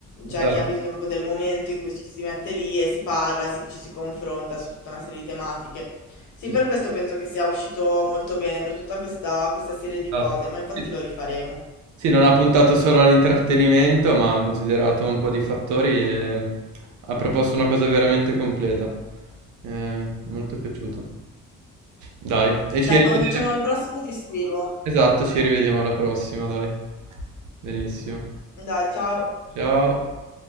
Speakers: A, on the left (about 75°); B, on the right (about 75°).
A: cioè
B: Esattamente.
A: chi ha bisogno proprio del momento in cui ci si mette lì e si parla e si- ci si confronta su tutta una serie di tematiche. Sì,
B: Sì,
A: per
B: sì,
A: questo penso che sia uscito molto bene, per tutta questa, questa serie di
B: esatto.
A: cose, ma infatti
B: Sì.
A: lo rifaremo.
B: Sì, non ha puntato solo all'intrattenimento, ma ha considerato un po' di fattori e ha proposto una cosa veramente completa. Eh, molto piaciuto. Dai, e ci
A: Dai,
B: rivediamo.
A: quando facciamo il prossimo ti scrivo.
B: Esatto, ci rivediamo alla prossima, dai. Benissimo.
A: Dai, ciao.
B: Ciao.